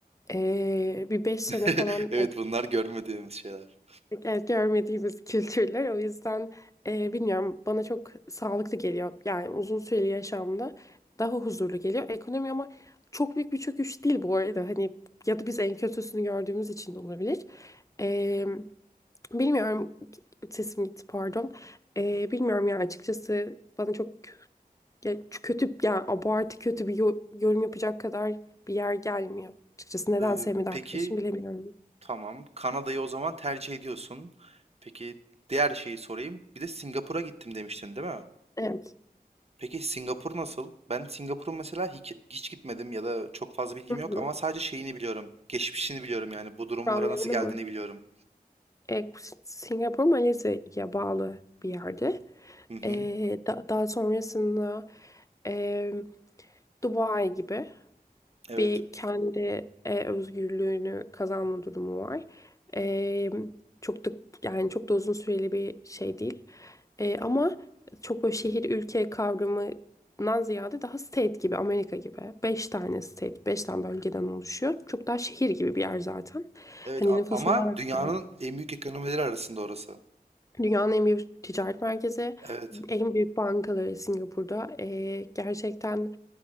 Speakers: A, on the left; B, on the right.
A: Ee, bir beş sene
B: <laughs>
A: falan
B: Evet bunlar görmediğimiz şeyler.
A: Evet, görmediğimiz <laughs> kültürler. O yüzden e, bilmiyorum bana çok sağlıklı geliyor. Yani uzun süreli yaşamda daha huzurlu geliyor. Ekonomi ama çok büyük bir çöküş değil bu arada. Hani ya da biz en kötüsünü gördüğümüz için de olabilir. E, bilmiyorum sesim gitti pardon. E, bilmiyorum yani açıkçası bana çok ya, kötü yani abartı kötü bir yo- yorum yapacak kadar bir yer gelmiyor. Açıkçası neden
B: Ee,
A: sevmedi
B: peki
A: arkadaşım bilemiyorum.
B: tamam. Kanada'yı o zaman tercih ediyorsun. Peki diğer şeyi sorayım. Bir de Singapur'a gittim demiştin değil mi?
A: Evet.
B: Peki Singapur nasıl? Ben Singapur'un mesela hiç, hiç gitmedim ya da çok fazla bilgim
A: Hı
B: yok
A: hı.
B: ama sadece şeyini biliyorum. Geçmişini biliyorum yani bu durumlara
A: Kur'an
B: nasıl geldiğini
A: mı?
B: biliyorum.
A: E, Singapur Malezya'ya bağlı bir yerde.
B: Hı hı.
A: E, da- daha sonrasında e, Dubai gibi
B: Evet.
A: bir kendi e, özgürlüğünü kazanma durumu var. E, çok da yani çok da uzun süreli bir şey değil. E, ama çok böyle şehir ülke kavramından ziyade daha state gibi Amerika gibi. Beş tane state, beş tane bölgeden oluşuyor. Çok daha şehir gibi bir yer zaten.
B: Evet
A: Hani
B: a-
A: nüfus
B: ama
A: olarak
B: dünyanın
A: da.
B: en büyük ekonomileri arasında orası.
A: Dünyanın en büyük ticaret merkezi,
B: Evet.
A: en büyük bankaları Singapur'da. Ee, gerçekten